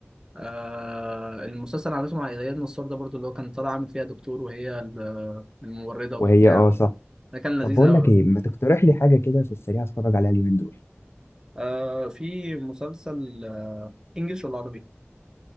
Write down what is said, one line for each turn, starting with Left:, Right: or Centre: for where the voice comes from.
Right: آه المسلسل اللي عملته مع إياد نصار ده برضو اللي هو كان طالع عامل فيها دكتور وهي ال- الممرضة
Left: وهي
Right: وبتاع
Left: اه صح
Right: ده كان لذيذ
Left: طب بقول
Right: أوي
Left: لك ايه ما تقترح لي حاجه كده في السريع اتفرج عليها اليومين دول
Right: آه في مسلسل آه انجلش ولا عربي